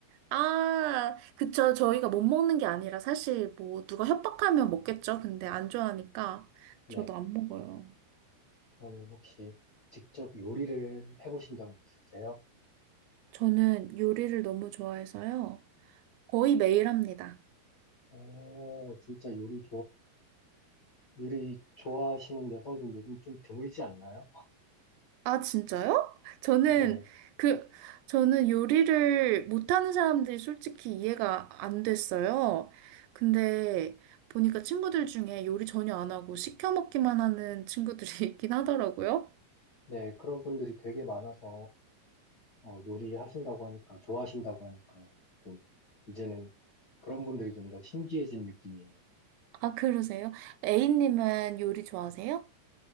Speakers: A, on the right (about 80°); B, on the left (about 40°).
A: 아, 그쵸. 저희가 못 먹는 게 아니라 사실 뭐 누가 협박하면 먹겠죠. 근데 안 좋아하니까
B: 네,
A: 저도 안 먹어요.
B: 그러면 혹시 직접 요리를 해보신 적은 있으세요?
A: 저는 요리를 너무 좋아해서요. 거의 매일 합니다.
B: 오, 진짜 요리 미리 좋아하시는 여성분 요즘 좀 드물지 않나요?
A: 아, 진짜요? 저는
B: 네,
A: 그, 저는 요리를 못하는 사람들이 솔직히 이해가 안 됐어요. 근데 보니까 친구들 중에 요리 전혀 안 하고 시켜 먹기만 하는 친구들이 <laughs> 있긴 하더라고요.
B: 네, 그런 분들이 되게 많아서 어, 요리하신다고 하니까, 좋아하신다고 하니까 조금 이제는 그런 분들이 좀 더 신기해진 느낌이에요.
A: 아, 그러세요? A님은 요리 좋아하세요?